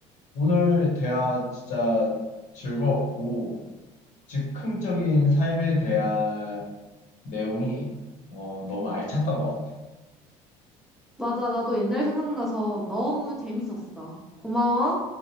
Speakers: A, on the left; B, in the centre.
A: 오늘 대화 진짜 즐거웠고, 즉흥적인 삶에 대한 내용이 어, 너무 알찼던 것 같아.
B: 맞아, 나도 옛날 생각나서 너무 재밌었어. 고마워.